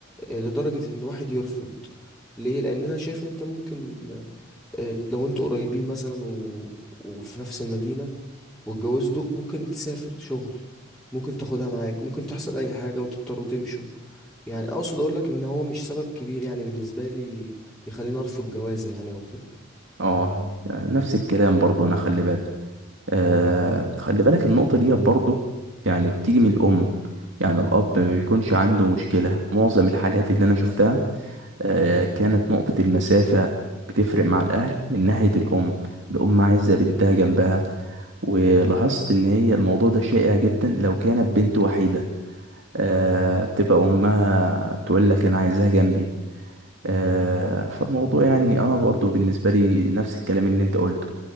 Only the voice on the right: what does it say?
اه يعني نفس الكلام برضو انا خلي بالك آه
خلي بالك النقطة دي برضو يعني بتيجي من الأم يعني الأب ما بيكونش عنده مشكلة معظم الحالات اللي أنا شفتها آه كانت نقطة المسافة بتفرق مع الأهل من ناحية الأم الأم عايزة بنتها جنبها ولاحظت إن هي الموضوع ده شائع جدا لو كانت بنت وحيدة آه بتبقى أمها تقول لك أنا عايزها جنبي آه، فالموضوع يعني انا برضو بالنسبه لي نفس الكلام اللي انت قلته